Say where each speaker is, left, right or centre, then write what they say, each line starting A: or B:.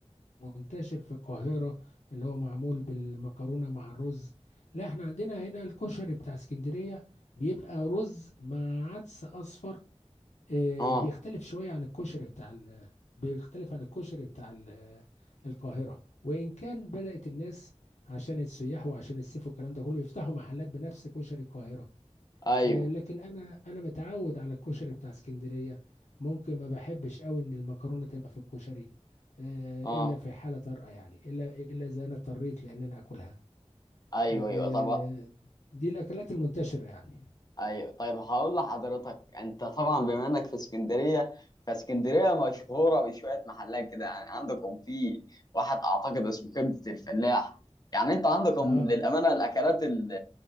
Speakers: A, on the left (about 85°); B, on the left (about 35°).
A: المنتشر في القاهره اللي هو معمول بالمكرونه مع الرز لا احنا عندنا هنا الكشري بتاع اسكندريه بيبقى رز مع عدس اصفر آه،
B: أه
A: بيختلف شوية عن الكشري بتاع ال- بيختلف عن الكشري بتاع ال- آه، القاهرة وإن كان بدأت الناس عشان السياح وعشان الصيف والكلام ده كله يفتحوا محلات بنفس كشري القاهرة
B: أيوه
A: آه، لكن أنا أنا متعود على الكشري بتاع اسكندرية ممكن ما بحبش قوي إن المكرونة تبقى في الكشري آه،
B: أه
A: إلا في حالة طارئة يعني إلا إلا إذا أنا اضطريت لأن أنا آكلها
B: أيوه
A: آه،
B: أيوه طب
A: دي الأكلات المنتشرة يعني
B: ايوه طيب هقول لحضرتك انت طبعا بما انك في اسكندريه فاسكندريه مشهوره بشويه محلات كده يعني عندكم في واحد اعتقد اسمه كبده الفلاح يعني انت عندكم
A: آه
B: للامانه الاكلات ال-